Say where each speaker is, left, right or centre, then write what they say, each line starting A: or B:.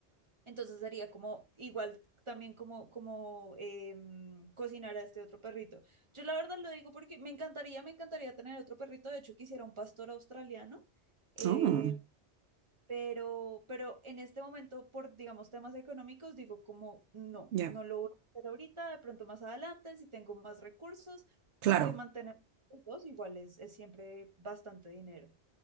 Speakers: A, on the right; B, on the right.
A: Entonces sería como igual también como, como em, cocinar a este otro perrito. Yo la verdad lo digo porque me encantaría, me encantaría tener otro perrito. De hecho, quisiera un pastor australiano. Eh,
B: Oh,
A: pero, pero en este momento, por, digamos, temas económicos, digo como, no,
B: ya.
A: no lo voy a hacer ahorita, de pronto más adelante, si tengo más recursos, porque
B: Claro,
A: mantener los dos igual es, es siempre bastante dinero.